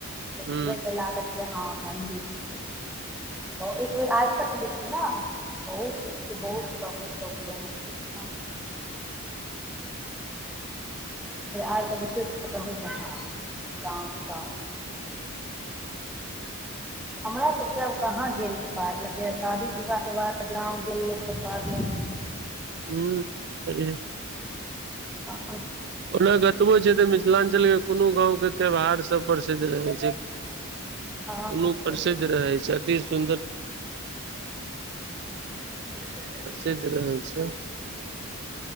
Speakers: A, in the centre; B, on the right (about 50°).
A: देखबे
B: हुँ
A: त लागल जेहाँ मन्दिर छै <unintelligible> एक बेर आब कऽ तऽ देखौ ने। बहुत नीक के बहुत प्रॉब्लम सब हो हम <unintelligible> आब कऽ देखियौ कह जा गाव गाँव हमरा सब के आब कहाँ गेल पारक लगे शादी विवाह के बाद गाँंव गेल के पार्क लग।
B: हू सही।
A: ह
B: ओना कतबो छै तऽ मिथिलाञ्चलके कोनो गाँवके त्यौहारसभ प्रसिद्ध रहै छै।
A: हँ
B: ओनो
A: से
B: प्रसिद्ध
A: तऽ
B: रहै छै अति सुन्दर <unintelligible>
A: छै
B: प्रसिद्ध रहै छै।